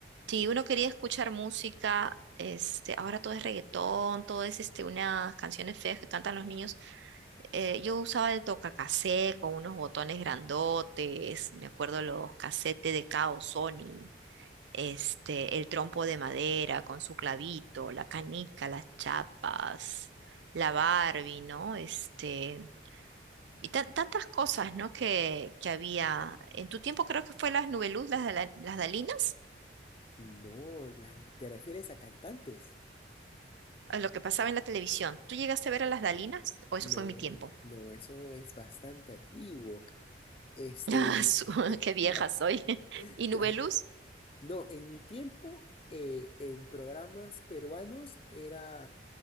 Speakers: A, on the right; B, on the left.
A: si uno quería escuchar música, este, ahora todo es reggaetón, todo es este, unas canciones feas que cantan los niños. Eh, yo usaba el tocacassette con unos botones grandotes, me acuerdo los casetes de Kao Sony, este, el trompo de madera con su clavito, la canica, las chapas, la Barbie, ¿no? Este, y tan- tantas cosas, ¿no? Que, que había. En tu tiempo creo que fue las Nubeluz, las, Dala- las Dalinas.
B: No, la- ¿te refieres a cantantes?
A: a lo que pasaba en la televisión. ¿Tú llegaste a ver a las Dalinas? ¿O
B: No,
A: eso fue en mi tiempo?
B: no, eso es bastante antiguo. Este,
A: <laughs> Ah, su-
B: <laughs>
A: <laughs> qué vieja
B: la,
A: soy. <laughs> ¿Y Nubeluz?
B: la No, en mi tiempo, eh, en programas peruanos era